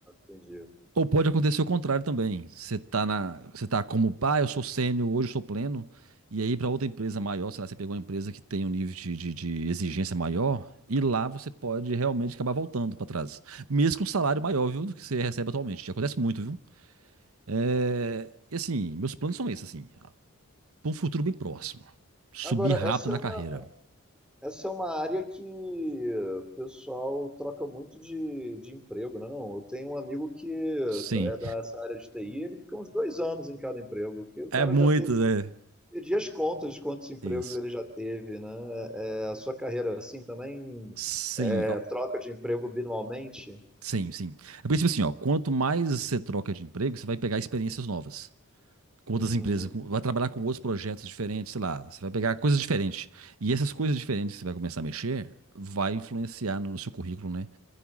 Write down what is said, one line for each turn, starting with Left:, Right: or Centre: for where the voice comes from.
Centre: entendi.
Right: Ou pode acontecer o contrário também. Você tá na, você tá como, pá, eu sou sênior, hoje eu sou pleno, e aí para outra empresa maior, sei lá, você pegou uma empresa que tem um nível de, de, de exigência maior, e lá você pode realmente acabar voltando para trás. Mesmo com um salário maior, viu, do que você recebe atualmente. Já acontece muito, viu? É, e assim, meus planos são esses, assim, para um futuro bem próximo. Subir
Centre: Agora,
Right: rápido
Centre: essa
Right: na
Centre: é uma,
Right: carreira.
Centre: essa é uma área que o pessoal troca muito de, de emprego, né? Não, eu tenho um amigo que é
Right: Sim.
Centre: dessa área de TI, ele fica uns dois anos em cada emprego, que o cara
Right: É muito,
Centre: já teve
Right: né?
Centre: perdi as contas de quantos empregos
Right: Isso.
Centre: ele já teve, né? É, a sua carreira, assim, também
Right: Sim,
Centre: é,
Right: ó.
Centre: troca de emprego binualmente?
Right: Sim, sim. É porque, tipo assim, ó, quanto mais você troca de emprego, você vai pegar experiências novas. Com outras
Centre: Uhum,
Right: empresas, com- vai trabalhar com outros projetos diferentes, sei lá, você vai pegar coisas diferentes. E essas coisas diferentes que você vai começar a mexer, vai influenciar no seu currículo, né?